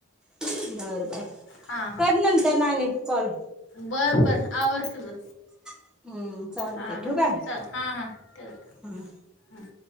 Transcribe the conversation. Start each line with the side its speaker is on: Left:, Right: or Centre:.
Centre: <unintelligible> बर बर
Left: हां
Centre: कर नंतर नाणि कॉल.
Left: बर बर आवर तुझं.
Centre: हम्म चालते
Left: हा हा
Centre: ठेवू काय
Left: च हा हा ठेवते
Centre: हां
Left: ह.